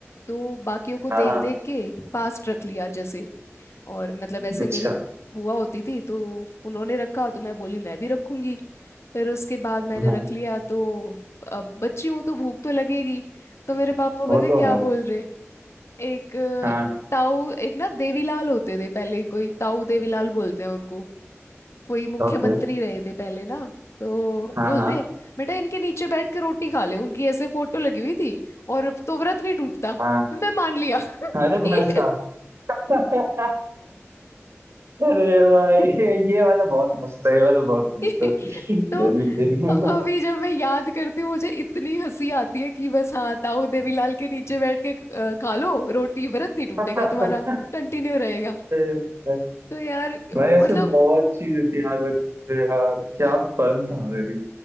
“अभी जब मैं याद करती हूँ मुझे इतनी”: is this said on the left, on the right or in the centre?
Left